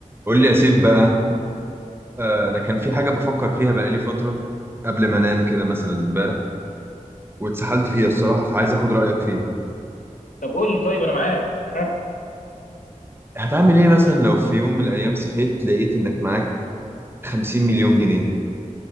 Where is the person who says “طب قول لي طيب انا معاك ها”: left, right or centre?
Left